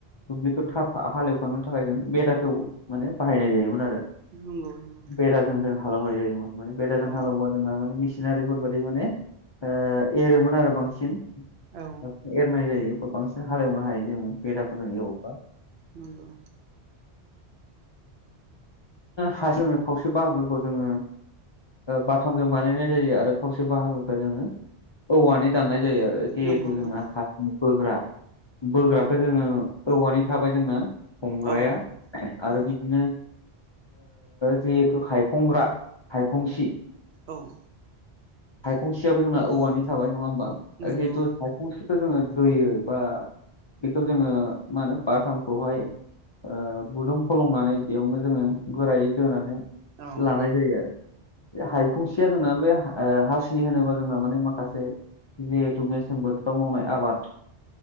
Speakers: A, on the left; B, on the right.
A: दुब्लिखौ थाब हालेवखांनो थाखाय जों बेदाखौ माने बाहायनाय जायोमोन आरो।
B: नंगौ नंगौ
A: बेराजों जों हालौनाय जायोमोन माने बेराजों
B: औ
A: हालेबा जोंना माने मिसिनारिफोर बायदि माने ओ एरोमोन आरो बांसिन।
B: औ
A: बांसिन एरनाय जायो बांसिन हालेवनो हायो जोङो बेराफोरजों एवबा
B: नंगौ।
A: हा जोङो खावसे बाहागोखौ जोङो बाथामजों बानायनाय जायो आरो खावसे बाहागोखौ जोङो औवानि दाननाय जायो आरो। जिहेथु
B: नंगौ
A: जोंना
B: नंगौ
A: हारसिं बोग्रा बोग्राखौ जोङो औवानि थाबाय जोंना हमग्राया
B: औ
A: आरो
B: औ
A: बिदिनो जिहेतु हायखंग्रा हायखंसि
B: औ।
A: हायखंसियाबो जोंना औवानि थाबाय नङा होमबा।
B: नंगौ
A: जिहेतु हायखंसिखौ जोङो दोयो बा बेखौ जोङो मा होनो बाथामखौहाय गुदुं फलंनानै बेयावनो जोङो गोरायै दोनानै
B: औ औ
A: लानाय जायो आरो। बे हायखंसिया जोंना बे हासिनि होनोबा जोंना माने माखासे जिहेथु मेसें बोथोराव मावनाय आबाद